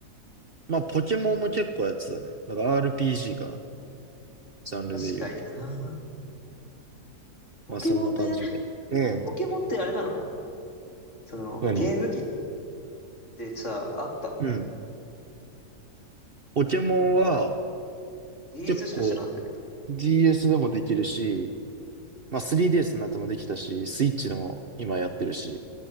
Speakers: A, on the right; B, on the left.
A: まあ、ポケモンも結構やってたね。だから RPG かな。ジャンルで言うと。
B: 確かにな。ポケモンね。
A: まあ、そんな感じで。うん。
B: ポケモンってあれなのその、
A: 何
B: ゲーム機ってさ、あったの
A: うん。ポケモンは
B: ?DS
A: 結構
B: しか知らんだけど。
A: DS でもできるし、まあ 3DS になってもできたし、スイッチでも今やってるし、